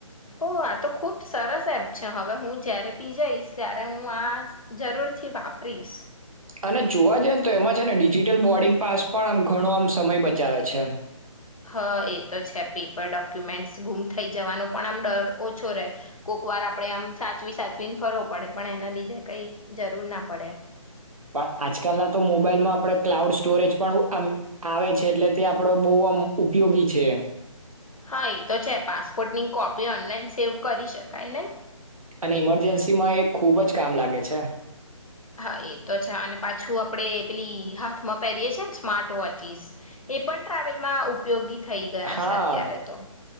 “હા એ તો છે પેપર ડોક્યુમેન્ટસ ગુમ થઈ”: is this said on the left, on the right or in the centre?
Left